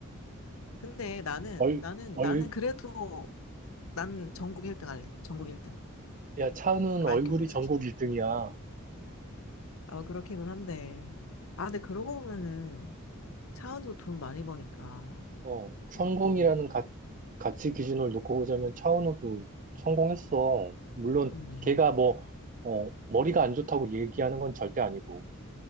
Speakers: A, on the left; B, on the right.
A: 근데 나는,
B: 얼,
A: 나는,
B: 얼,
A: 나는 그래도 난 전국 1등 할래. 전국 1등.
B: 야, 차은우는
A: 아이큐
B: 얼굴이
A: 1사0
B: 전국 1등이야.
A: 아, 그렇기는 한데. 아, 근데 그러고 보면은 차은우도 돈 많이 버니까
B: 어,
A: 그것도
B: 성공이라는 가, 가치 기준을 놓고 보자면 차은우도 성공했어. 물론
A: 그렇네.
B: 걔가 뭐, 어, 머리가 안 좋다고 얘기하는 건 절대 아니고